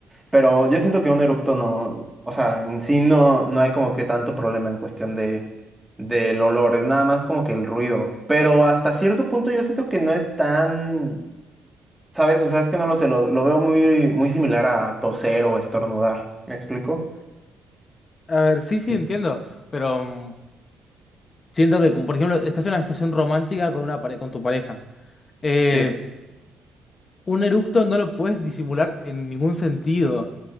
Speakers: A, in the centre; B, on the left.
A: Pero yo siento que un erupto no, o sea, en sí no, no hay como que tanto problema en cuestión de, del olor, es nada más como que el ruido. Pero hasta cierto punto yo siento que no es tan, ¿sabes? O sea, es que no lo sé, lo, lo veo muy, muy similar a toser o estornudar. ¿Me explico?
B: A ver, sí, sí,
A: En-
B: entiendo, pero mm, siento que, como, por ejemplo, estás en una estación romántica con, una pare- con tu pareja. Eh,
A: Sí.
B: un eructo no lo puedes disimular en ningún sentido